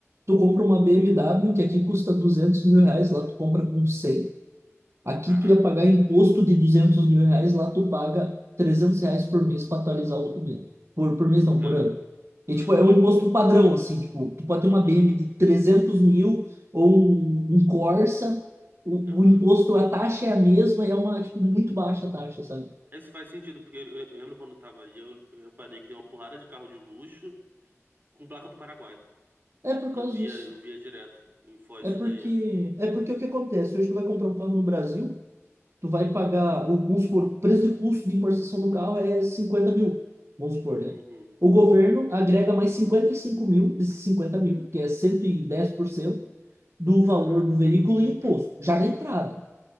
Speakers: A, on the right (about 60°); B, on the right (about 40°).
A: Tu compra
B: Uhum.
A: uma BMW que aqui custa duzentos mil reais, lá tu compra com 100. Aqui
B: Caraca,
A: tu ia pagar imposto de duzentos mil reais, lá tu paga 300 reais por mês para atualizar o documento. Por, por mês não,
B: cara,
A: por ano.
B: por
A: E, tipo,
B: ano.
A: é um imposto padrão, assim, tipo, tu pode
B: Aham,
A: ter uma BM de 300 mil ou um, um Corsa, o,
B: aham.
A: o imposto, a taxa é a mesma e é uma, tipo, muito baixa a taxa, sabe?
B: Isso faz sentido, porque eu, eu lembro quando eu tava aí, eu, eu reparei que tem uma porrada de carro de luxo com placa do Paraguai.
A: É por
B: Eu
A: causa
B: via,
A: disso.
B: eu via direto em Foz
A: É
B: isso
A: porque,
B: daí.
A: é porque o que acontece? Hoje tu vai comprar um carro no Brasil, tu vai pagar, o- vamos supor, o preço de custo de importação do carro é 50 mil, vamos supor, né?
B: Uhum.
A: O governo agrega mais 55 mil desses 50 mil, que é 110% do
B: Caraca,
A: valor do veículo e imposto, já na entrada.